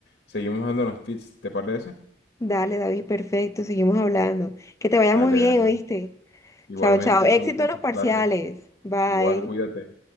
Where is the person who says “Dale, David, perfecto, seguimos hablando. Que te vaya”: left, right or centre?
Left